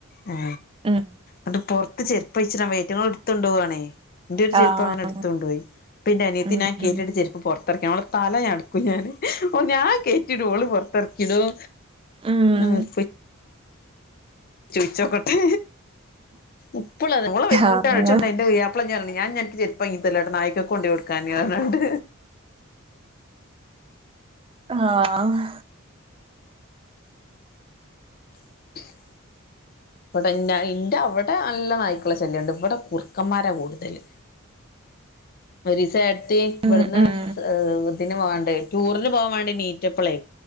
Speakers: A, on the left (about 45°); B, on the right (about 25°).
A: ആ
B: ഉം
A: അണ്ട് പൊർത്ത് ചെ പൈച്ടാൻവയ്യ യ്റ്റങ്ങള്ട്ത്തോണ്ടോവാണെയ്. ന്റൊരുചെരുപ്പങ്ങനെ
B: ആഹ്
A: ഇട്തൊണ്ടോയി പ്പെന്റെനിയത്തി
B: ഉം
A: ഞാ കേറ്റിട്ട
B: ഉം
A: ചെരുപ്പ്പൊർത്തർക്കിയാ ഓള തലഞാ ക്കുംഞാന് ഒ ഞാകേറ്റിടു ഓള് പൊർത്തർക്കിടും
B: ഉം
A: മ കൊ ചോയ്ച്ചോക്കട്ടെ എപ്പളതെ ഓളെ <unintelligible>
B: ആഹ്
A: ച്ചണ്ട ഇന്റെ പുയാ പ്ല ഞാർഞ് ഞാനിഞൻക്ക് ചെരുപ്പാങ്ങിത്തര്ലട്ടോ നായ്ക്കക്കോണ്ടോയെടുക്കാന് അർഞാണ്ട്.
B: ആഹ്.
A: <inaudible> വടെന്റ ഇന്റവടെ നല്ല നായ്ക്കള ശല്യണ്ട് വടെ കുർക്കമ്മാരാ കൂടുതല്. ഒരിസേ ത്തി
B: ഉം
A: വട്ന്ന്
B: ഉം
A: ഇതിന് വാണ്ടേ ടൂറിന് പോവാൻ വേണ്ടി നീറ്റപ്പളെ